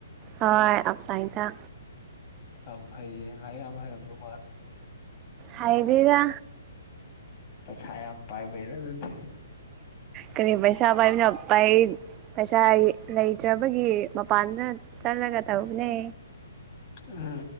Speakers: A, on the right; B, on the left.
A: ꯍꯣꯏ ꯑꯥꯎꯁꯥꯏꯠꯇ
B: ꯌꯥꯝ ꯐꯩꯌꯦ ꯂꯥꯏꯔꯤꯛ ꯌꯥꯝ ꯍꯩꯔꯝꯗꯧ ꯃꯥꯜꯂꯦ
A: ꯍꯩꯗꯦꯗ
B: ꯄꯩꯁꯥ ꯌꯥꯝ ꯄꯥꯏꯕꯩꯔ ꯑꯗꯨꯗꯤ
A: ꯀꯔꯤ ꯄꯩꯁꯥ ꯄꯥꯏꯃꯤ ꯄꯥꯏ ꯄꯩꯁꯥ ꯂꯩꯇ꯭ꯔꯕꯒꯤ ꯃꯄꯥꯟꯗ ꯆꯠꯂꯒ ꯇꯧꯕꯅꯦ
B: ꯎꯝ